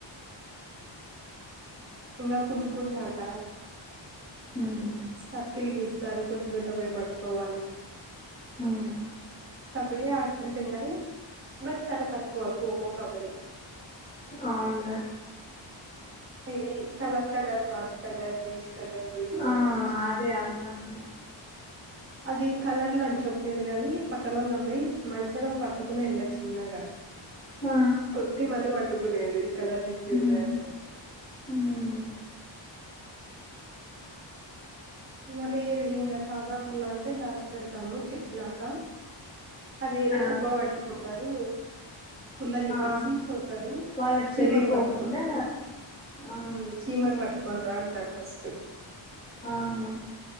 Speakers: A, on the right; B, on the left.
A: ఇంకా కుంటుకుంటు ఆట
B: ఉమ్,
A: సర్కిల్ గీస్తారు కుంటికుంట పోయి పట్టుకోవాలి
B: ఉమ్,
A: కబడ్డీ ఆడుతుంటాం గాని బట్ చాలా తక్కువ ఖోఖో, కబడ్డీ.
B: అవునులే
A: ఏ ఏ colour colour what colour which colour do you
B: ఆ
A: వాంట్
B: అది అడతంటిమీ
A: అది కలర్ అని చెప్పేది కగాని పక్కనోళ్ళని పోయి మెనసనంగా పట్టుకునేది చిన్నగా
B: ఆ,
A: కొట్టి మళ్ళీ పట్టుకునేది ఈ కలర్ చిక్కింది
B: ఉమ్,
A: అని
B: ఉమ్,
A: మరి ఇంకా కాజాపుల్లా అంటే దాచిపేడతాము చిక్కినాక అది ఏదో
B: ఆ,
A: కుప్ప పట్టుకుంటారు పుల్ల చెక్కించి
B: ఆ,
A: పో టారు
B: వాళ్ళకి
A: చీమను
B: తెలియకోకుండా
A: పట్టుకో
B: ఆ,
A: ఊ చీమను పట్టుకొని రా అంటారు ఫస్ట్
B: ఆ.